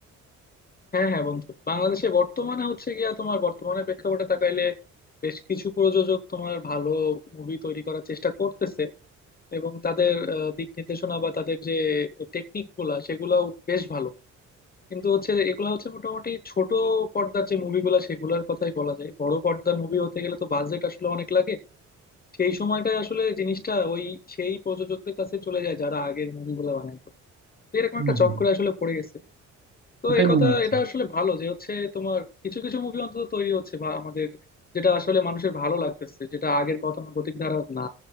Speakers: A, on the left (about 30°); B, on the right (about 40°).
A: হ্যাঁ হ্যাঁ বন্ধু বাংলাদেশে বর্তমানে হচ্ছে গিয়া তোমার বর্তমানে প্রেক্ষাপটে তাকাইলে বেশ কিছু প্রযোজক তোমার ভালো মুভি তৈরি করার চেষ্টা করতেছে এবং তাদের আহ, দিক নির্দেশনা বা তাদের যে টেকনিক গুলা সেগুলাও বেশ ভালো কিন্তু হচ্ছে এগুলা হচ্ছে মোটামুটি ছোট পর্দার যে মুভিগুলা সেগুলোর কথাই বলা যায় বড় পর্দার মুভি হতে গেলে তো বাজেট আসলে অনেক লাগে সেই সময়টায় আসলে জিনিসটা ওই সেই প্রযোজকদের কাছে চলে যায় যারা আগের মুভিগুলো বানাইতো তো এরকম
B: হম
A: একটা
B: হম
A: চক্রে আসলে পড়ে গেছে তো
B: ওটাই
A: এই কথা
B: মনে হচ্ছে
A: এটা আসলে ভালো যে হচ্ছে তোমার কিছু কিছু মুভি অন্তত তৈরি হচ্ছে বা আমাদের যেটা আসলে মানুষের ভালো লাগতেছে যেটা আগের গতানুগতিক ধারা না